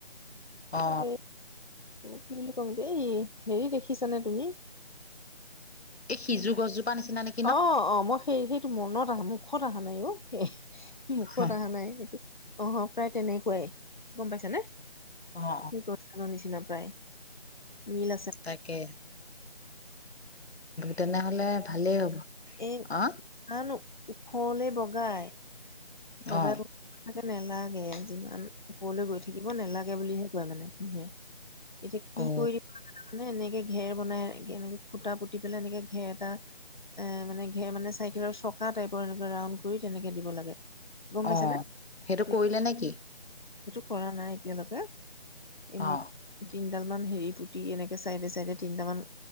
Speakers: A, on the left; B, on the left.
A: অ
B: এই কি বুলি কম এতিয়া এই হেৰি দেখিছানে তুমি
A: এই সিজ গছজোপা নিচিনা নে
B: অ অ মই সেই সেইটো মনত আহা মুখত আহা নাই অ মুখত
A: অ
B: অহা নাই এইটো অ প্ৰায় তেনেকুৱাই গম পাইছা নে
A: অ
B: সেই গছ জোপা নিচিনা প্ৰায় নীল
A: তাকে তেনেহলে ভালেই হ'ব
B: এ ইমান
A: অ
B: ওখলে বগাই বগাই
A: অ
B: তাকে নেলাগে যিমান ওপৰলৈ গৈ থাকিব নেলাগে বুলিহে কয় মানে মানুহে এতিয়া কি
A: অ
B: কৰি দিব মানে এনেকে ঘেৰ বনাই এনে খুটা পুতি পেলাই এনেকে ঘেৰ এটা এ মানে ঘেৰ মানে চাইকেলৰ চকা টাইপৰ এনেক ৰাউড কৰি তেনেকে দিব লাগে গম পাইছ
A: অ
B: নে
A: সেইটো
B: সেইটো
A: কৰিলে নেকি
B: কৰা নাই এতিয়ালৈকে এনেই
A: অ
B: তিনিডাল মান হেৰি পুটি এনেকে চাইডে চাইডে তিনট মান